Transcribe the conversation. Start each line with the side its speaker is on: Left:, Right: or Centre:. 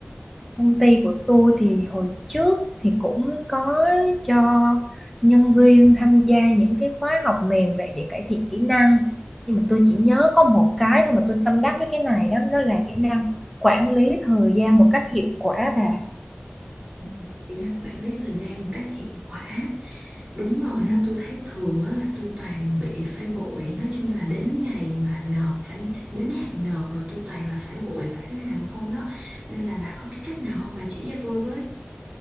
Centre: Công ty của tôi thì hồi trước thì cũng có cho nhân viên tham gia những cái khóa học mềm vậy để cải thiện kỹ năng nhưng mà tôi chỉ nhớ có một cái thôi mà tôi tâm đắc với cái này đó đó là kỹ năng quản lý thời gian một cách hiệu quả bà
Right: Ừ. Kỹ năng quản lý thời gian một cách hiệu quả. Đúng rồi
Centre: ừ,
Right: đó, tôi thấy thường á là tôi toàn bị phải vội. Nói chung là đến ngày mà nộp phải đến hạn nộp rồi tôi toàn là phải vội vã làm không đó. Nên là bà có cái cách nào không bà chỉ cho tôi với?